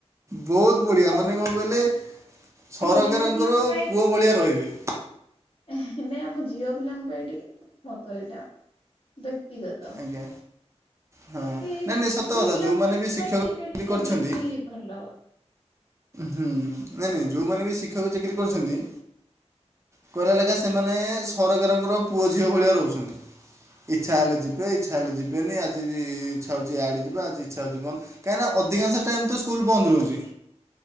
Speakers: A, on the right (about 25°); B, on the left (about 50°).
A: ବହୁତ ବଢିଆ
B: କହୁଛି
A: ମାନେ କଣ କହିଲେ? ସରକାରଙ୍କର
B: ଆମ ଝିଅ ପିଲାଙ୍କ
A: ପୁଅ ଭଳିଆ ରହିବେ।
B: ଏ ହେନେ ଆମ ଝିଅପିଲାଙ୍କ ପାଇଁ ଟିକେ ମତ ଏଇଟା ବ୍ୟକ୍ତିଗତ।
A: ଆଜ୍ଞା। ହଁ
B: କି
A: ନାଇଁ ନାଇଁ ସତକଥା
B: ଝିଅ ପିଲାଙ୍କ
A: ଯୋଉମାନେବି ଶିକ୍ଷକ
B: ପାଇଁ
A: ଚାକିରି
B: ଏଇଟା ଟିକେ
A: କରିଛନ୍ତି
B: ବେଶୀ ଭଲ।
A: ହୁଁ ନାଇଁ ନାଇଁ ଯୋଉମାନେବି ଶିକ୍ଷକ ଚାକିରି କରିଛନ୍ତି କହିଲା ଲେଖା ସେମାନେ ସରକାରଙ୍କର ପୁଅ ଝିଅ ଭଳିଆ ରହୁଛନ୍ତି। ଇଛା ହେଲେ ଯିବେ ଇଛା ହେଲେ ଯିବେନି ଆଜିବି ଇଛା ହଉଛି ଇଆଡେ ଯିବା ଆଜି ଇଛା ହଉଛି ବନ୍ଦ। କାହିଁକିନା ଅଧିକାଂଶ ଟାଇମତ ସ୍କୁଲ ବନ୍ଦ ରହୁଛି।